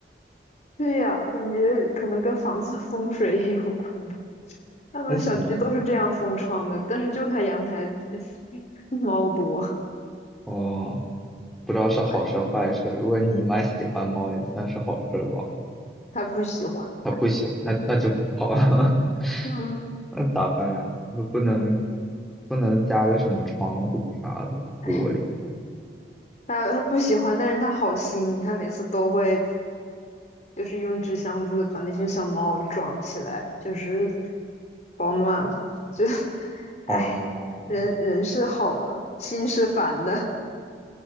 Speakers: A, on the left (about 40°); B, in the centre.
A: 对呀，感觉可能跟房子风水也有关吧。他们小区都是这样封窗的，
B: 那洗
A: 但是就他阳台 <laughs> 猫多，
B: 哦。不知道是好事儿坏事儿如果你妈喜欢猫，
A: 喂，
B: 也算是好事儿吧。
A: 他不喜欢。
B: 她不喜欢，那那就不好了，<laughs>
A: 嗯，
B: 那咋办呀？就不能不能加个什么窗户啥的玻璃
A: 哎，他他不喜欢，但是他好心，他每次都会就是用纸箱子把那些小猫装起来，就是保暖嘛。就，<laughs>
B: 哦，
A: 哎，人人是好的，心是烦的。